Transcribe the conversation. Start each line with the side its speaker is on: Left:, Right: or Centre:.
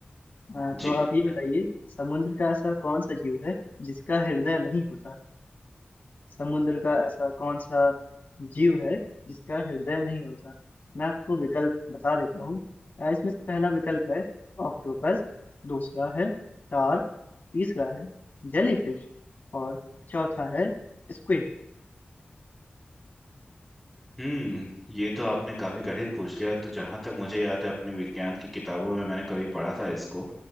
Left: अ,
Centre: जी
Left: तो आप ये बताइए समुद्र का ऐसा कौन सा जीव है जिसका हृदय नहीं होता समुद्र का ऐसा कौन सा जीव है जिसका हृदय नहीं होता मैं आपको विकल्प बता देता हूँ अ, इसमें से पहला विकल्प है ऑक्टोपस दूसरा है शार्क तीसरा है जेलीफिश और चौथा है स्क्विड
Centre: हम्म ये तो आपने काफी कठिन पूछ लिया तो जहां तक मुझे याद है अपने विज्ञान की किताबों में मैंने कभी पढ़ा था इसको